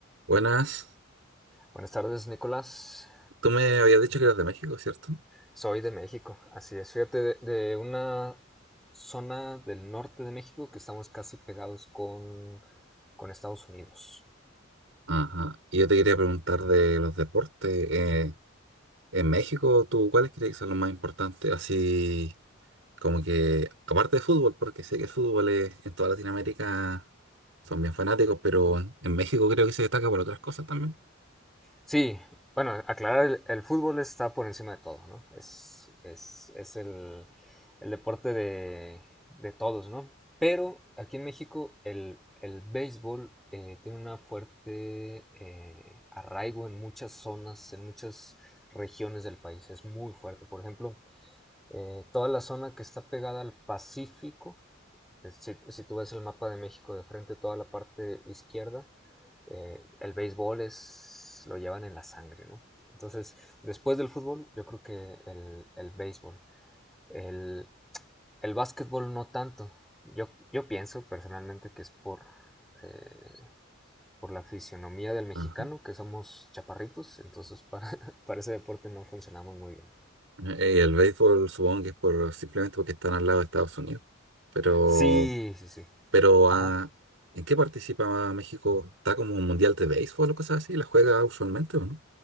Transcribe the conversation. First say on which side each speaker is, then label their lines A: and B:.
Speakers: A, on the right (about 70°); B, in the centre.
A: Buenas,
B: Buenas tardes, Nicolás.
A: tú me habías dicho que eras de México, ¿cierto?
B: Soy de México, así es. Fíjate, de, de una zona del norte de México que estamos casi pegados con, con Estados Unidos.
A: Ajá. Y yo te quería preguntar de los deportes. eh, en México, ¿tú cuáles crees que son los más importantes? Así como que, aparte de fútbol, porque sé que el fútbol es- en toda Latinoamérica son bien fanáticos, pero en en México creo que se destaca por otras cosas también.
B: Sí, bueno, aclarar, el, el fútbol está por encima de todo, ¿no? Es, es, es el, el deporte de, de todos, ¿no? Pero aquí en México el, el béisbol eh, tiene una fuerte eh, arraigo en muchas zonas, en muchas regiones del país. Es muy fuerte. Por ejemplo, eh, toda la zona que está pegada al Pacífico, eh, si, si, tú ves el mapa de México de frente, toda la parte izquierda, eh, el béisbol es, lo llevan en la sangre, ¿no? Entonces, después del fútbol, yo creo que el, el béisbol. El, el, básquetbol no tanto. Yo, yo pienso personalmente que es por, eh, por la fisionomía del mexicano,
A: Ajá.
B: que somos chaparritos, entonces para, <laughs> para ese deporte no funcionamos muy bien.
A: Eh, el béisbol supongo que es por, simplemente porque están al lado de Estados Unidos. Pero
B: Sí, sí, sí.
A: Pero
B: Ajá.
A: ah, ¿en qué participa México? ¿Está como un mundial de béisbol o cosas así? ¿La juega usualmente o no?